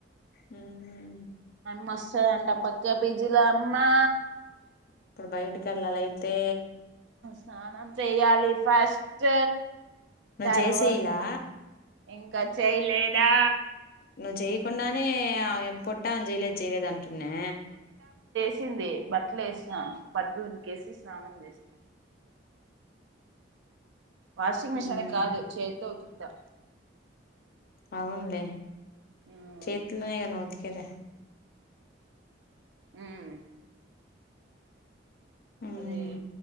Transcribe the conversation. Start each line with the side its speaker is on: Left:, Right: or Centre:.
Left: హుమ్మ్
Right: మస్తదంట పక్క పిజీల అమ్మా
Left: ఇప్పుడు బయటికి వెళ్ళాలయితే
Right: స్నానం చేయ్యాలి ఫస్ట్
Left: నువ్
Right: తర్వా
Left: జేసియలా
Right: ఇంకా చేయలేదా
Left: నువ్ చేయకుండానే ఆ పొట్టా చేయలేదు చేయలేదం ట్టున్నే
Right: చింది బట్టలు ఏసిన బట్టలు ఉతికేసి స్నానం చేస్తా వాషింగ్ మిషన్
Left: ఉమ్
Right: కాదు చేేత్తో ఊతు ద
Left: అవున్లే
Right: మ్మ్
Left: చేతుల్లోనే కద ఉతికి కద
Right: ఉమ్
Left: ఉమ్
Right: అదే